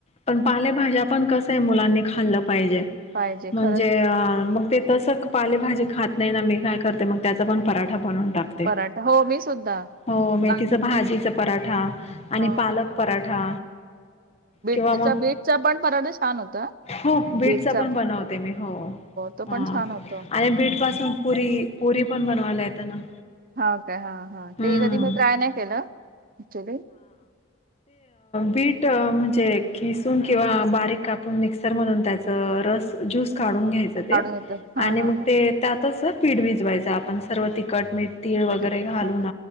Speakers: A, on the left; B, on the right.
A: पण पालेभाज्या पण कस आहे मुलांनी खाल्लं पाहिजे
B: पाहिजे
A: म्हणजे
B: खरंच आहे
A: अ मग ते तसं पालेभाजी खात नाही ना मी काय करते मग त्याचा पण पराठा बनवून
B: पराठा हो मी सुद्धा
A: हो मेथी
B: गा
A: भाजीचा पराठा
B: हो
A: आणि पालक पराठा किंवा
B: त्याचा
A: मग
B: बेग चा पण पराठा छान होता
A: हो बीटच
B: बीटचा
A: पण बनवते मी हो
B: तो पण
A: आणि
B: छान होतो
A: बीट पासून पुरी पुरी पण बनवायलाय ना
B: हा का हा हा
A: हम्म
B: ते कधी मी ट्राय नाही केलं क्च्युली
A: वीट म्हणजे कीसून किंवा बारीक कापून मिक्सर मधून त्याच रस ज्यूस काढून घ्यायच ते
B: काढून येतं हा
A: आणि मग
B: हा हा
A: ते त्यातच पीठ भीजवायच आपण सर्व तिखट मीठ तीळ वगैरे
B: हा
A: घालून
B: हा